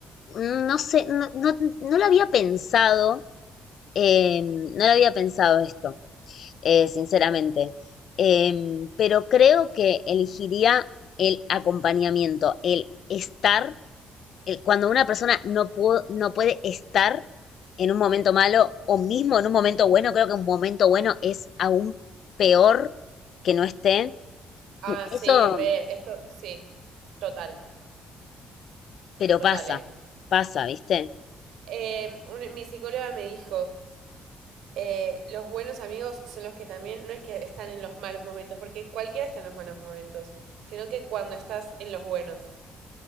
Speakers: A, on the left; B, on the right.
A: no sé, no, no, no lo había pensado, eh, no lo había pensado esto. eh, sinceramente. Em, pero creo que elegiría el acompañamiento, el estar, el, cuando una persona no, pu- no puede estar en un momento malo o mismo en un momento bueno, creo que un momento bueno es aún peor que no esté.
B: Ah, sí,
A: Eso,
B: re. Esto, sí. Total,
A: pero
B: total,
A: pasa,
B: ¿eh?
A: pasa, ¿viste?
B: Eh, un- mi psicóloga me dijo, eh, los buenos amigos son los que también, no es que están en los malos momentos, porque cualquiera está en los malos momentos, sino que cuando estás en los buenos.